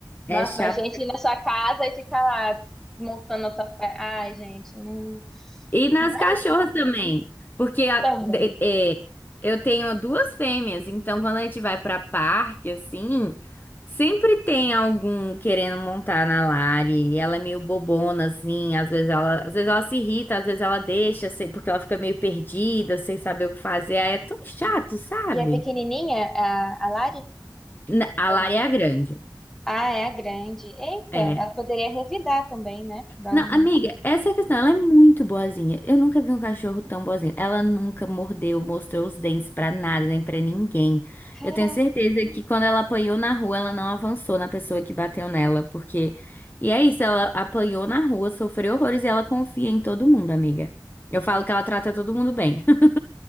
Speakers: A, in the centre; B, on the left.
A: Nossa,
B: É chato
A: mas a gente ir na sua casa e ficar lá montando a tua pé. Ai, gente, não,
B: E nas
A: não é
B: cachorras também, porque a-
A: também.
B: de- é, eu tenho duas fêmeas, então quando a gente vai pra parque, assim, sempre tem algum querendo montar na Lari, e ela é meio bobona, assim, às vezes ela, às vezes ela se irrita, às vezes ela deixa, assim, porque ela fica meio perdida, sem saber o que fazer, aí é tão chato, sabe?
A: E a pequenininha, a, a Lari?
B: Na- A
A: Ou
B: Lari
A: não?
B: é a grande,
A: Ah, é a grande. Eita,
B: é.
A: ela poderia revidar também, né? Dar
B: Não,
A: um.
B: amiga, essa é a questão. Ela é muito boazinha. Eu nunca vi um cachorro tão boazinho. Ela nunca mordeu, mostrou os dentes pra nada, nem pra ninguém.
A: Caraca.
B: Eu tenho certeza que quando ela apanhou na rua, ela não avançou na pessoa que bateu nela, porque. E é isso, ela apanhou na rua, sofreu horrores e ela confia em todo mundo, amiga. Eu falo que ela trata todo mundo bem. <laughs>